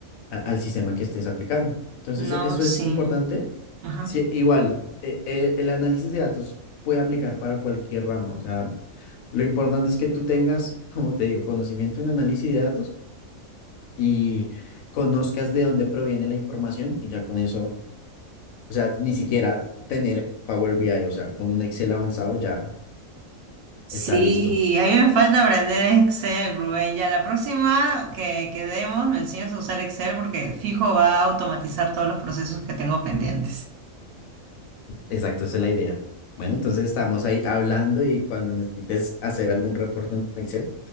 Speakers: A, on the left; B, on the right.
A: a- al sistema que estés aplicando. Entonces,
B: no,
A: eso
B: sí.
A: es importante.
B: Ajá.
A: Sí, igual, eh, eh, el análisis de datos puede aplicar para cualquier rama, o sea... Lo importante es que tú tengas, como te digo, conocimiento en análisis de datos y conozcas de dónde proviene la información y ya con eso, o sea, ni siquiera tener Power BI, o sea, con un Excel avanzado ya
B: Sí,
A: está listo.
B: a mí me falta aprender Excel, Rubén. Ya la próxima que quedemos me enseñas a usar Excel porque fijo va a automatizar todos los procesos que tengo pendientes.
A: Exacto, esa es la idea. Bueno, entonces estamos ahí hablando y cuando necesites hacer algún reporte en Excel,